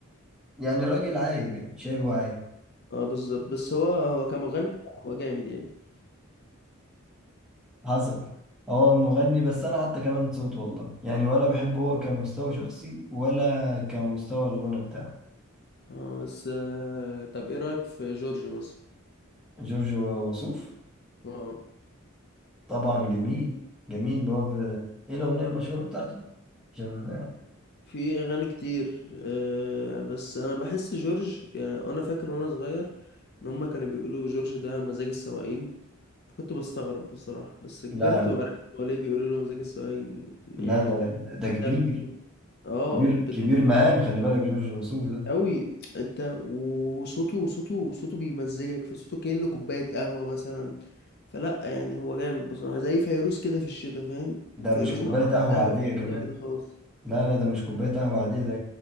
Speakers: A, in the centre; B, on the left.
A: يعني راجل عايب يعني شايبه عايب
B: اه بالظبط بس هو هو كمغني هو جامد يعني
A: حصل هو مغني بس انا حتى كمان صوت والله يعني ولا بحبه هو كمستوى شخصي ولا كمستوى الغنى بتاعه
B: اه بس آه طب ايه رأيك في جورج مثلا
A: جورج وسوف
B: اه
A: طبعا جميل جميل اللي هو ب... ايه الاغنية المشهورة بتاعته عشان
B: في اغاني كتير آه بس انا بحس جورج يعني انا فاكر وانا صغير ان هما كانوا بيقولوا جورج ده مزاج السواقين فكنت بستغرب بصراحة بس كبرت
A: لا لا
B: وعرفت هو ليه بيقولوا له مزاج السواقين يعني
A: لا ده ده كبير
B: طب اه
A: كبير كبير مقام خلي بالك جورج وسوف ده
B: قوي انت وصوته صوته صوته بيمزجك في صوته كأنه كوباية قهوة مثلا فلا يعني هو جامد بصراحة زي فيروز كده في الشتاء فاهم
A: ده
B: فيروز
A: مش كوباية
B: مع كوباية
A: قهوة
B: قهوة
A: عادية
B: في الشتاء
A: كمان
B: كده خلاص
A: لا لا ده مش كوباية قهوة عادية ده